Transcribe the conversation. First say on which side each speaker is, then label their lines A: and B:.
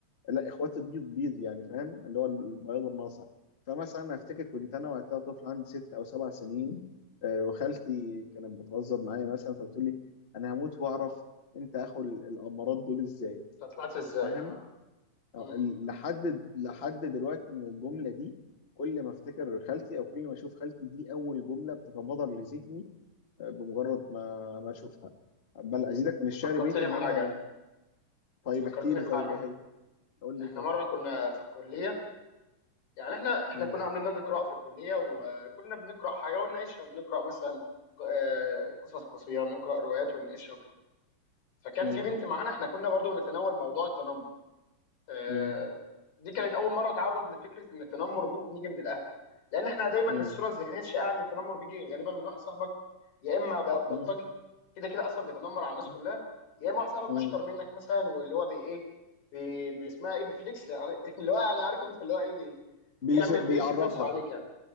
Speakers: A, on the left; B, on the left.
A: لا اخواتي بيض بيض يعني فاهم اللي هو البياض الناصع فمثلا افتكر كنت انا وقتها طفل عندي ست او سبع سنين آه، وخالتي كانت بتهزر معايا مثلا فبتقول لي انا هموت واعرف انت اخو ال- الامارات دول ازاي
B: انت طلعت ازاي
A: فاهم
B: اه
A: اه،
B: م-
A: ال-
B: م-
A: لحد لحد دلوقتي من الجمله دي كل ما افتكر خالتي او كل ما اشوف خالتي دي اول جمله بتتبادر لذهني اه، بمجرد ما ما اشوفها بل ازيدك
B: م. انت
A: من الشعر
B: فكرتني
A: بيت ان
B: بحاجه
A: انا طيب
B: انت فكرتني
A: احكي لي
B: بحاجه
A: طيب ايه هي قول لي
B: احنا
A: طيب
B: مره كنا في الكليه يعني احنا احنا
A: مم.
B: كنا عاملين نادي قراءه في الكليه وكنا بنقرا حاجه ونناقشها بنقرا مثلا ق- آه، قصص قصيره نقرا روايات ونناقشها وكده فكان
A: مم.
B: في بنت معانا احنا كنا برضو بنتناول موضوع التنمر آه،
A: مم.
B: دي كانت اول مره اتعرض لفكره ان التنمر ممكن يجي من الاهل لان احنا دايما
A: مم.
B: الصوره الذهنيه الشائعه ان التنمر بيجي غالبا من واحد صاحبك يا اما ب- بلطجي
A: مم.
B: كده كده اصلا بيتنمر على الناس
A: مم.
B: كلها يا اما واحد صاحبك
A: مم.
B: اشطر منك مثلا واللي هو بي ايه بي بيسمها ايه بيفليكس يعني <laughs> اللي هو يعني عارف انت اللي هو ايه بي
A: بيش...
B: بيعمل
A: بيعرضها
B: بيرسم نفسه عليك يعني